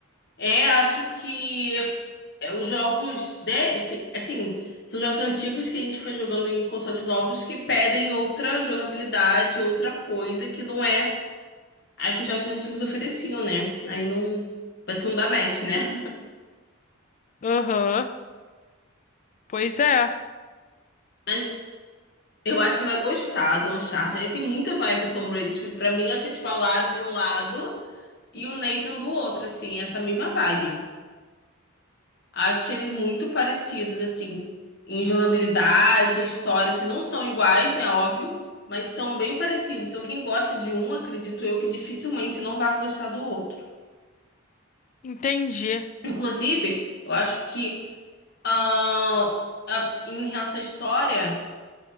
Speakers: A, on the left; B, on the left.
A: É, acho que é, os jogos, né, fi- assim, são jogos antigos que a gente fica jogando em consoles novos que pedem outra jogabilidade, outra coisa que não é a que os jogos antigos ofereciam, né? Aí não, parece que não dá match, né?
B: Aham, Pois é,
A: <laughs> Mas Eu acho que vai gostar do Uncharted. Ele tem muita vibe Tomb Raider. Tipo, pra mim, acho que é tipo a Lara de um lado e o Nathan do outro, assim, essa mesma vibe. Acho eles muito parecidos, assim, em jogabilidade, em história, assim, não são iguais, né? Óbvio, mas são bem parecidos. Então, quem gosta de um, acredito eu que dificilmente não vai gostar do outro.
B: entendi.
A: Inclusive, eu acho que ah, a- em relação à história,